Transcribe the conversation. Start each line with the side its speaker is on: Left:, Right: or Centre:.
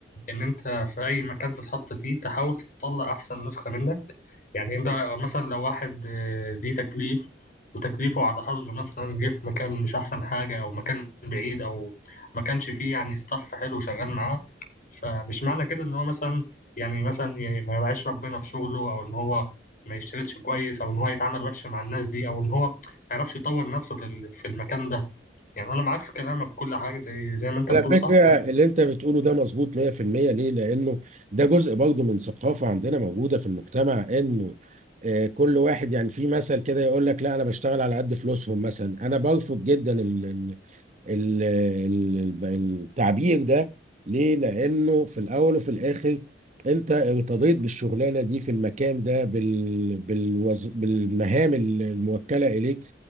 Left: ان انت في اي مكان تتحط فيه تحاول تطلع احسن نسخة منك يعني انت مثلا لو واحد آه، ليه تكليف وتكليفه على حظه مثلا جه في مكان مش احسن حاجة او مكان بعيد او ما كانش فيه يعني ستاف حلو شغال معاه فمش معنى كده ان هو مثلا يعني مثلا ي- ما يوعيش ربنا في شغله او ان هو ما يشتغلش كويس او ان هو يتعامل وحش مع الناس دي او ان هو ما يعرفش يطور نفسه في ال- في المكان ده يعني انا معاك في كلامك كل حاجة زي زي ما انت
Right: على
Left: بتقول
Right: فكرة
Left: صح
Right: اللي انت بتقوله ده مظبوط 100% ليه؟ لانه ده جزء برضه من ثقافة عندنا موجودة في المجتمع انه آه، كل واحد يعني في مثل كده يقول لك لا انا بشتغل على قد فلوسهم مثلا انا برفض جدا ال ال ال ال التعبير ده ليه؟ لانه في الاول وفي الاخر انت ارتضيت بالشغلانة دي في المكان ده بال بالوز بالمهام الموكلة اليك